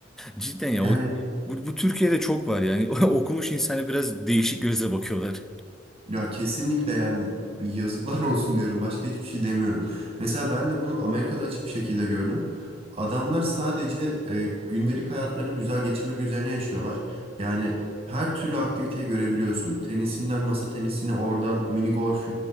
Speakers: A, in the centre; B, on the right.
A: Cidden ya
B: Yani
A: o, bu, bu Türkiye'de çok var yani. <laughs> Okumuş insana biraz değişik gözle bakıyorlar.
B: Ya kesinlikle yani yazıklar <laughs> olsun diyorum. Başka hiçbir şey demiyorum. Mesela ben de bunu Amerika'da açık bir şekilde gördüm. Adamlar sadece e, gündelik hayatlarını güzel geçirmek üzerine yaşıyorlar. Yani her türlü aktiviteyi görebiliyorsun. Tenisinden masa tenisine, oradan mini golf,